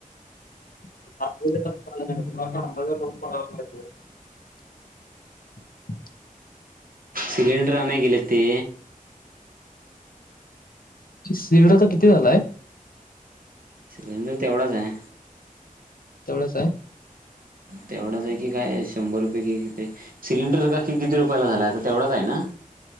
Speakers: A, on the left (about 80°); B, on the right (about 75°).
A: <unintelligible> <inaudible>
B: सिलेंडर आणाय गेले ते.
A: सिलेंडर आता किती झालाय?
B: <unintelligible> तेवढाच आहे.
A: तेवढंच हाय.
B: तेवढाच आहे कि काय शंभर रुपये कि कि सिलेंडर आता किती रुप <unintelligible> तेवढाच आहे ना.